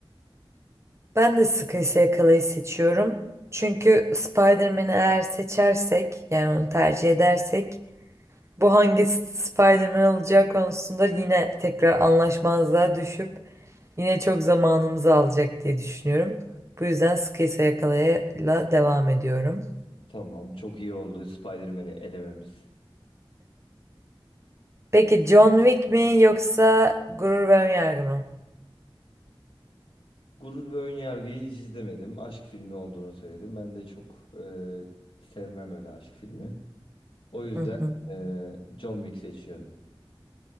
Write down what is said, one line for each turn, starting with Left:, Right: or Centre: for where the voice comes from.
Right: Ben de sıkıysa Yakala'yı seçiyorum. Çünkü Spider-Man'i eğer seçersek yani onu tercih edersek bu hangi Spider-Man olacağı konusunda yine tekrar anlaşmazlığa düşüp Yine çok zamanımızı alacak diye düşünüyorum. Bu yüzden Sıkıysa Yakala'yla devam ediyorum.
Left: Tamam, çok iyi oldu Spider-Man'i elememiz.
Right: Peki John Wick mi yoksa Gurur ve Önyargı mı?
Left: Gurur ve Önyargı'yı hiç izlemedim. Aşk filmi olduğunu söyledim. Ben de çok eee, sevmem öyle aşk filmi. O yüzden
Right: Hı hı.
Left: eee John Wick seçiyorum.